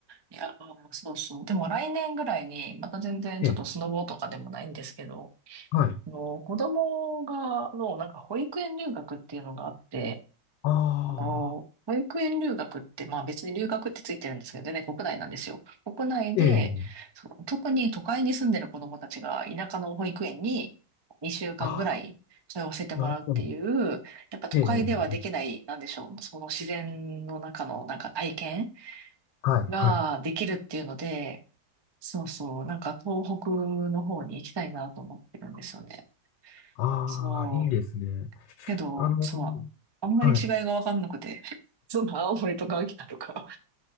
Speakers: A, on the right; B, on the left.
A: いや、そうそう。でも来年ぐらいに、また全然ちょっとスノボとかでもないんですけど、
B: ええ。はい。
A: あの子供が、の、なんか保育園留学っていうのがあって、
B: ああ、
A: あの、保育園留学って、まあ別に留学ってついてるんですけど、全然国内なんですよ。国内で、
B: ええ。
A: その特に都会に住んでる子供たちが田舎の保育園に2週間ぐらい通わせてもらうっていう、
B: ああ、なるほど。
A: やっぱ都会ではできない、
B: ええ。
A: なんでしょう、その自然の中のなんか体験
B: はい。
A: ができるっていうので、
B: はい。
A: そうそう、なんか東北の方に行きたいなと思ってるんですよね。
B: ああ、
A: そう。
B: いいですね。
A: けど、
B: あの、
A: そう、あんまり違いがわかんなくて、
B: はい。
A: <laughs> その青森とか秋田とか